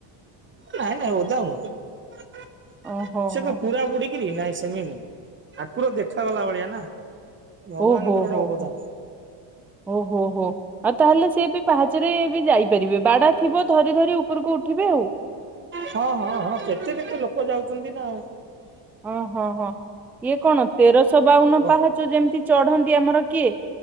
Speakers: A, on the right (about 25°); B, in the centre.
A: ନାଇଁ ନାଇଁ ଓଦା ହ
B: ଓହୋ
A: ସେ
B: ହୋ
A: କଣ ପୁରା
B: ହୋ
A: ବୁଡିକରି ନାଇଁ ସେମିତି ନଁ ଠାକୁର ଦେଖାଗଲା ଭଳିଆ ନା ଭଗବାନଙ୍କର
B: ଓହୋ ହୋ
A: ଗୋଟେ ଅବଦାନ
B: ହୋ ଓହୋ ହୋ ଆଉ ତାହେଲେ ସ ବି ପାହାଚରେ ଯାଇପାରିବେ ବାଡା ଥିବ ଧରି ଧରି ଉପରକୁ ଉଠିବେ ଆଉ।
A: ହଁ ହଁ ହଁ କେତେ କେତେ ଲୋକ ଯାଉଛନ୍ତି ନା?
B: ଓହଁ ହଁ ଇଏ କଣ ତେରଶହ ବାଉନ
A: ଓ
B: ପାହାଚ ଯେମିତି ଚଢନ୍ତି ଆମର କିଏ